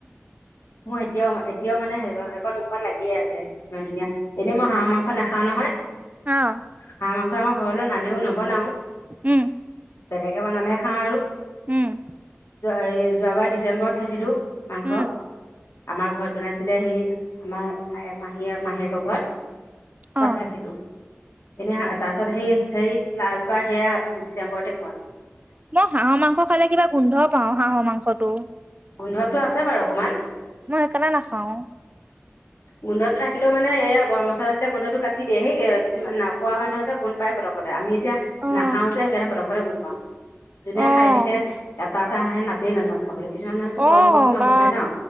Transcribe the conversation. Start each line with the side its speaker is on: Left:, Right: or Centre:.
Left: মোৰ এতিয়াও এতিয়াও মানে সেইকণ মুখত লাগিয়ে আছে ইমান ধুনীয়া এনেই মই হাঁহৰ মাংস নাখাও নহয়
Right: অ',
Left: হাঁহ মাংস আমাৰ ঘৰলৈ নানেও নবনাও
Right: উম,
Left: বেলেগে বনালেে চাৰ
Right: উম
Left: যোৱাবাৰ ডিচেম্বৰত খাইছিলো মাংস
Right: উম,
Left: আমাৰ ঘৰত বনাইছিলে সি আমাৰ মাহীয়ে মাহীয়েকৰ ঘৰত
Right: অ',
Left: তাত খাচ গো এনে তাৰ পিছত সেই সেই লাষ্টবাৰ সেয়া ডিচেম্বৰতে হোৱা
Right: মই হাঁহৰ মাংস খালে কিবা গোন্ধ পাওঁ হাঁহৰ মাংসটো
Left: গোন্ধতটো আছে বাৰু অকণমান
Right: মই সকাৰণে নাচাও
Left: গোন্ধটো থাকিলেওানেয়া গৰম মছলা দিলে গোন্ধটো কাটি দিয়েেইে কিছুমান ন খোৱা মানুহে যে গোন্ পায় পকতে আমি তেতিয়া
Right: অ',
Left: নাখাও যে সেইকাৰণে পতকৰে গোল পাওঁ যোনে
Right: অ',
Left: খাই থাকে এটা এটা হাঁহে নাই মানুহক খাবলৈ কিছুমান মানুহেতো
Right: অ',
Left: সৰহ সৰহকৈ মাংস
Right: বা
Left: খায় ন